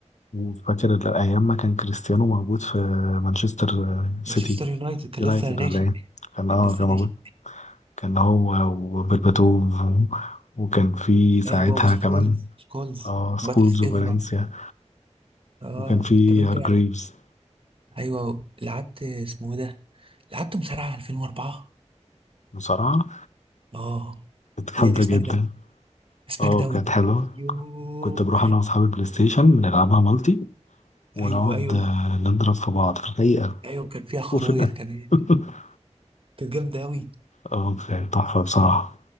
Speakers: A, on the left; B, on the right.
A: وفاكر ال- أيام ما كان كريستيانو موجود في مانشستر آه، سيتي
B: مانشستر يونايتد كان
A: يونايتد
B: لسه ناشئ
A: ولا إيه؟ كان
B: كان
A: أه
B: لسه
A: كان
B: ناشئ
A: موجود كان هو وبرباتوف و- وكان في ساعتها
B: ايوه وسكولز
A: كمان
B: سكولز
A: أه سكولز
B: باتريس
A: وفالنسيا
B: افرا اه
A: وكان في
B: طب انت
A: هارجريفز
B: ايوه لعبت اسمه إيه ده لعبت مصارعة 2004
A: بصراحة
B: اه
A: كانت جامدة
B: لا سماك
A: جدا
B: داون سماك
A: اه
B: داون
A: كانت حلوة
B: ايوه
A: كنت بروح أنا وأصحابي البلاي ستيشن نلعبها مالتي ونقعد
B: ايوه ايوه
A: آه، نضرب في بعض في الحقيقة
B: ايوه كان فيها خرايط
A: وفي الآخر
B: كمان
A: <laughs>
B: كانت جامدة قوي
A: اه كانت تحفة بصراحة